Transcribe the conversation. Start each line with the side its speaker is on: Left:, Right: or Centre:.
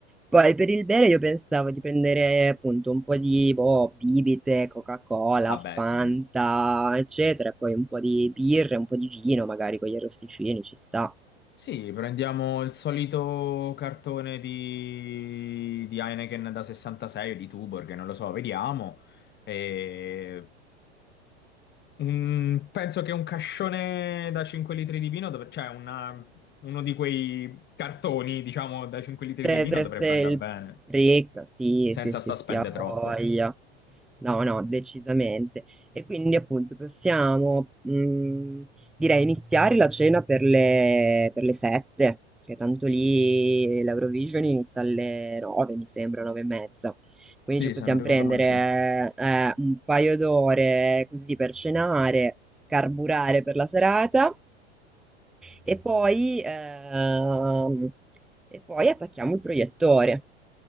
Centre: Poi per il bere io pensavo di prendere appunto un po' di boh, bibite, Coca-Cola,
Left: Vabbè,
Centre: Fanta,
Left: sì,
Centre: eccetera, e poi un po' di birra, un po' di vino magari con gli arrosticini, ci sta.
Left: Sì, prendiamo il solito cartone di, di Heineken da 66 o di Tuborg, non lo so, vediamo. E un- penso che un cascione da 5 litri di vino, dovre- cioè una- uno di quei cartoni, diciamo, da 5 litri
Centre: Se,
Left: di vino
Centre: se,
Left: dovrebbe
Centre: se il
Left: andare bene,
Centre: break, sì,
Left: senza
Centre: sì, sì,
Left: sta
Centre: sì,
Left: spende
Centre: ha
Left: troppo.
Centre: voglia. No, no, decisamente. E quindi appunto possiamo, mh, direi, iniziare la cena per le, per le sette, che tanto lì l'Eurovision inizia alle nove, mi sembra, nove e mezza. Quindi
Left: Sì,
Centre: ci possiamo
Left: se non ricordo
Centre: prendere
Left: male, sì.
Centre: eh, un paio d'ore così per cenare, carburare per la serata e poi, ehm, e poi attacchiamo il proiettore,